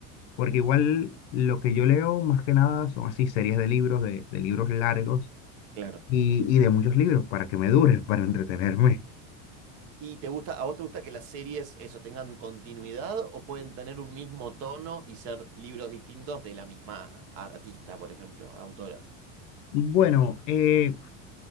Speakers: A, on the left (about 65°); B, on the right (about 40°).
A: Porque igual lo que yo leo más que nada son así series de libros, de, de libros largos
B: Claro.
A: y, y de muchos libros para que me dure, <laughs> para entretenerme.
B: ¿Y te gusta, a vos te gusta que las series eso tengan continuidad o pueden tener un mismo tono y ser libros distintos de la misma artista, por ejemplo, autora?
A: Bueno, eh,